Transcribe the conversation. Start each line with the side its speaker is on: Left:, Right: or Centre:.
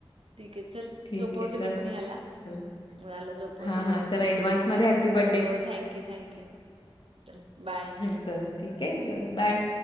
Right: ठीक आहे चल
Left: ठीक
Right: झोपवते
Left: आहे. चल,
Right: मी पण याला.
Left: चल.
Right: बाळाला झोपवते
Left: हां,
Right: जरा.
Left: हां. चल ॲडव्हान्समध्ये हॅपी बर्थडे.
Right: हों थँक्यू थँक्यू चल बाय.
Left: चलं ठीकेयं चल बाय.